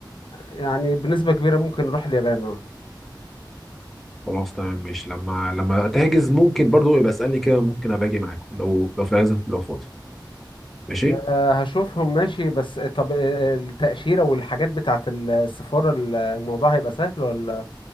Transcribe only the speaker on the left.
يعني بنسبه كبيره ممكن نروح اليابان اه
آه، هشوفهم ماشي بس طب آه، آه، التاشيره والحاجات بتاعه السفاره الموضوع هيبقى سهل ولا